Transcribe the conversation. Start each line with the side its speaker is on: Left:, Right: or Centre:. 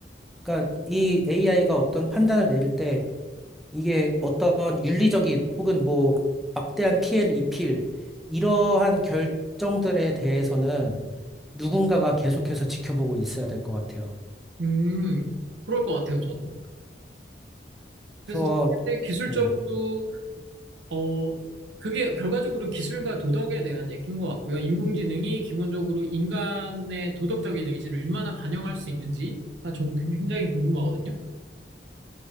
Centre: 그러니까 이 AI가 어떤 판단을 내릴 때 이게 어떤 윤리적인 혹은 뭐 막대한 피해를 입힐 이러한 결정들에 대해서는 누군가가 계속해서 지켜보고 있어야 될 것 같아요.
Right: 음, 그럴 것 같아요, 저도. 그래서
Centre: 그래서,
Right: 그게 기술적으로,
Centre: 네.
Right: 어, 그게 결과적으로는 기술과 도덕에 대한 얘기인 것 같고요. 인공지능이 기본적으로 인간의 도덕적인 의지를 얼마나 반영할 수 있는지가 저는 굉장히 궁금하거든요.